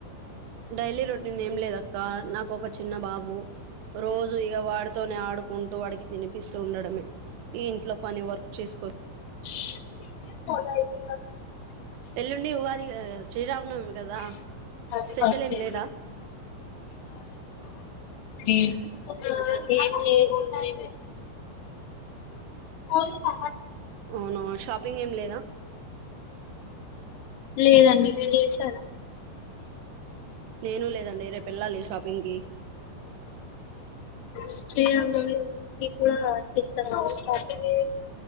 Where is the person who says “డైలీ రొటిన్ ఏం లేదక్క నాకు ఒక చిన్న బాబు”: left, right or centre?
Right